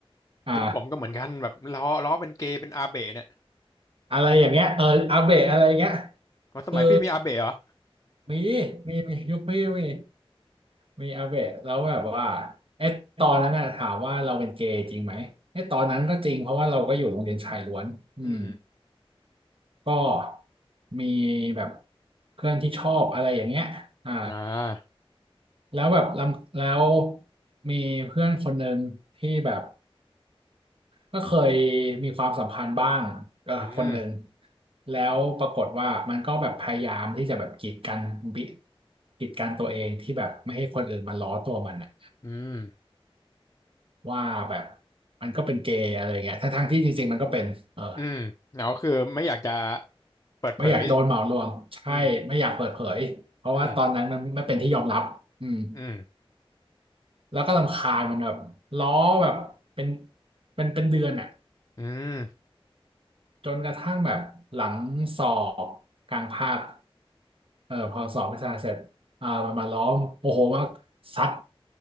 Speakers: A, on the right (about 65°); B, on the left (about 35°).
A: อ่า
B: ยกผมก็เหมือนกันแบบล้อล้อเป็นเกย์เป็นอาเบะเนี่ย
A: อะไรอย่างเงี้ยเอออาเบะอะไรอย่างเงี้ย
B: มันสมัยพี่มีอาเบะเหรอ
A: คือมีมีมียุคพี่มีมีอาเบะแล้วแบบว่าไอ้ตอนนั้นน่ะถามว่าเราเป็นเกย์จริงไหมไอ้ตอนนั้นก็จริงเพราะว่าเราก็อยู่โรงเรียนชายล้วนอืม
B: อืม
A: ก็มีแบบเพื่อนที่ชอบอะไรอย่างเงี้ยอ่า
B: อ่า
A: แล้วแบบลำแล้วมีเพื่อนคนหนึ่งที่แบบก็เคยมีความสัมพันธ์บ้างกับคนหนึ่ง
B: อืม
A: แล้วปรากฏว่ามันก็แบบพยายามที่จะแบบกีดกันบิกีดกันตัวเองที่แบบไม่ให้คนอื่นมาล้อตัวมันน่ะ
B: อืม
A: ว่าแบบมันก็เป็นเกย์อะไรเงี้ยทั้งทงที่จริงๆมันก็เป็นเออ
B: อืมแล้วคือไม่อยากจะเปิดเผย
A: ไม่อยากโดนเหมารวมใช่ไม่อยากเปิดเผยเพราะว่าตอนนั้นมันไม่เป็นที่ยอมรับอืม
B: อืมอืมอืม
A: แล้วก็รำคาญมันแบบล้อแบบเป็นเป็นเป็นเดือนอ่ะ
B: อืม
A: จนกระทั่งแบบหลังสอบกลางภาคเออพอสอบวิชาเสร็จอ่ามันมาล้อมโมโหมากซัด